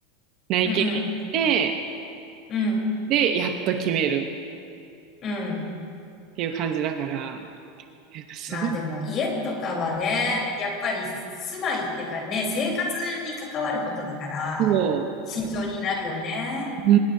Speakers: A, on the right (about 35°); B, on the left (about 30°).
A: 内見して、
B: うん、うん、うん、うん。
A: で、やっと決める。
B: うん
A: っていう感じだから、なんかすごい、
B: まあでも家とかはね、やっぱり住まいっていうかね、生活に関わることだから、
A: そ
B: 慎重になるよね。
A: う、う